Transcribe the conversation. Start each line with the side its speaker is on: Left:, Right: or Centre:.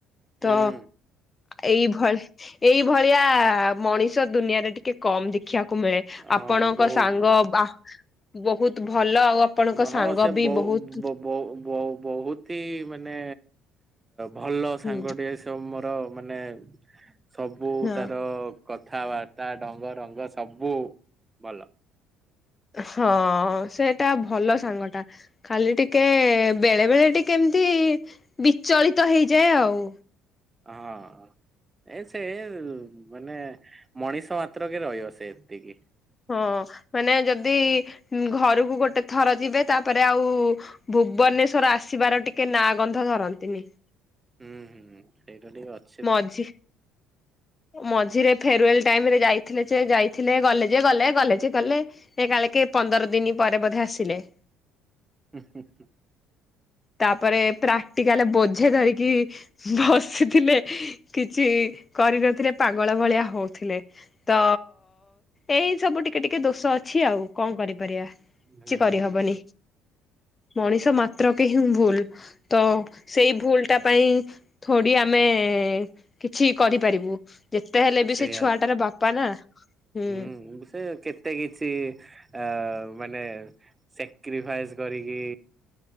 Right: ହୁଁ
Left: ତ ଏଇଭଳି ଏଇଭଳିଆ ମଣିଷ ଦୁନିଆରେ ଟିକେ କମ୍ ଦେଖ୍ କୁ ମିଳେ।
Right: ହଁ
Left: ଆପଣଙ୍କ
Right: ବହୁତ
Left: ସାଙ୍ଗ ବା ବୋହୁତ୍ ଭଲ ଆଉ ଆପଣଙ୍କ
Right: ହଁ
Left: ସାଙ୍ଗ
Right: ସେ
Left: ବି
Right: ବହୁ-
Left: ବହୁତ
Right: ବ- ବ ବୋ-ବହୁତି ହି ମାନେ ଭଲ ସାଙ୍ଗଟିଏ
Left: ହୁଁ
Right: ସବୁ ମୋର ମାନେ ସବୁ
Left: ହଁ
Right: ତାର କଥାବାର୍ତ୍ତା ଢ଼ଙ୍ଗରଙ୍ଗ ସବୁ ଭଲ।
Left: ହଁ ସେଟା ଭଲ ସାଙ୍ଗଟା। ଖାଲି ଟିକେ ବେଳେ, ବେଳେ ଟିକେ ଏମିତି ବିଚଳିତ ହେଇଯାଏ ଆଉ।
Right: ହଁ ଏ ସେ ମାନେ ମଣିଷ ମାତ୍ରକେ ରହିବ ସେ ଏତିକି
Left: ହଁ ମାନେ ଯଦି ଘରକୁ ଗୋଟେ ଥର ଯିବେ ତାପରେ ଆଉ ଭୁବନେଶ୍ଵର ଆସିବାର ଟିକେ ନାଁ ଗନ୍ଧ ଧରନ୍ତିନି।
Right: ହୁଁ ହୁଁ ଏଇଟା ଟିକେ ଅଧି
Left: ମଝୀ ମଝିରେ ଫେରୁୱେଲ୍ ଟାଇମ୍ ରେ ଯାଇଥିଲେ ଯେ ଯାଇଥିଲେ ଗଲେ ଯେ ଗଲେ କଲେଯେ ଗଲେ। ସେ କାଳେ କେ ପନ୍ଦର ଦିନି ପରେ ବୋଧେ ଆସିଲେ।
Right: ହୁଁ ହୁଁ ହୁଁ।
Left: ତାପରେ ପ୍ରାକ୍ଟିକାଲ୍ ବୋଝେ ଧରିକି ବସିଥିଲେ। କିଛି କରିନଥିଲେ ପାଗଳ ଭଳିଆ ହଉଥିଲେ। ତ ଏଇ ସବୁ ଟିକେ ଟିକେ ଦୋଷ ଅଛି ଆଉ, କଣ କରିପାରିବା। କିଛି
Right: ହୁଁ
Left: କରିହବନି ମଣିଷ ମାତ୍ରକେ ହିଁ ଭୁଲ୍। ତ ସେଇ ଭୁଲ୍ ଟା ପାଇଁ ଥୋଡ଼ି ଆମେ ଏ କିଛି କରିପାରିବୁ, ଯେତେ ହେଲେ ବି
Right: ସେଇଆ
Left: ସେ ଛୁଆଟାର ବାପା ନା। ହୁଁ।
Right: ହୁଁ ସେ କେତ ଏତେ କିଛି ଅ ମାନେ ସାକ୍ରିଫାଇସ୍ କରିକି